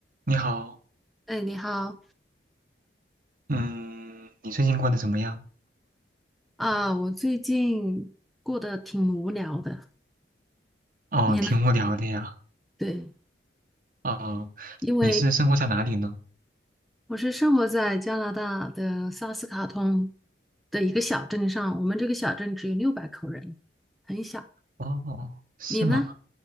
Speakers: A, on the right; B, in the centre.
A: 你好，
B: 哎，你好
A: 嗯，你最近过得怎么样？
B: 啊！我最近过得挺无聊的，
A: 哦，
B: 你呢？
A: 挺无聊的呀。
B: 对，
A: 哦，
B: 因为
A: 你是生活在哪里呢？
B: 我是生活在加拿大的萨斯卡通的一个小镇上，我们这个小镇只有六百口人，很小。
A: 哦，是吗？
B: 你呢？